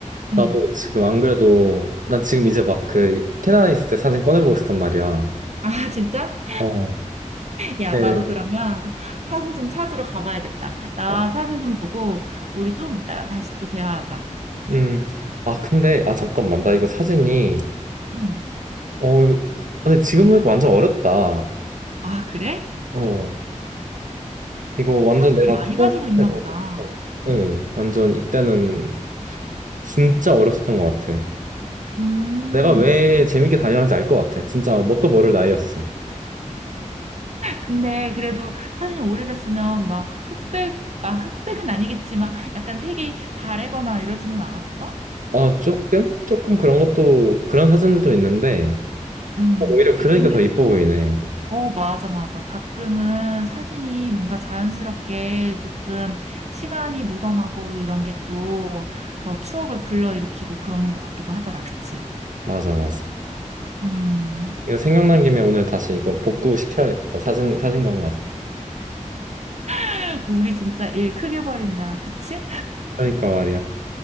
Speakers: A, on the right; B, on the right.
A: 나도
B: 응.
A: 지금 안 그래도 난 지금 이제 막 그 캐나다 있을 때 사진 꺼내보고 있었단 말이야
B: 아, 진짜?
A: 어
B: 야,
A: 네.
B: 나도 그러면 사진 좀 찾으러 가봐야겠다. 나
A: 아,
B: 사진 좀 보고 우리 좀 이따가 다시 또 대화하자.
A: 음, 아, 근데, 아, 잠깐만, 나 이거 사진이,
B: 응.
A: 어, 이거, 근데 지금 보니까 완전 어렸다.
B: 아, 그래?
A: 어, 이거 완전
B: 사진을
A: 내가
B: 많이
A: 초등학생
B: 가지고 있나
A: 때 본
B: 보다.
A: 거였어. 응 완전 이때는 진짜 어렸었던 것 같아.
B: 음.
A: 내가 왜 재밌게 다녀왔는지 알 것 같아. 진짜 뭣도 모를 나이였어.
B: 근데 그래도 사진이 오래됐으면 막 흑백, 아, 흑백은 아니겠지만 약간 색이 바래거나 이러지는 않았어?
A: 아 조금? 조금 그런 것도, 그런 사진들도 있는데,
B: 음.
A: 오히려 그러니까
B: 근데
A: 더 이뻐
B: 또
A: 보이네.
B: 어, 맞아, 맞아. 가끔은 사진이 뭔가 자연스럽게 조금 시간이 묻어나고 이런 게 또 더 추억을 불러일으키고 그러는 것 같기도 하더라. 그치?
A: 맞아, 맞아.
B: 음.
A: 이거 생각난 김에 오늘 다시 이거 복구시켜야겠다. 사진, 사진관 가서.
B: <laughs> 우리 진짜 일 크게 벌인다. 그치?
A: 그러니까 말이야.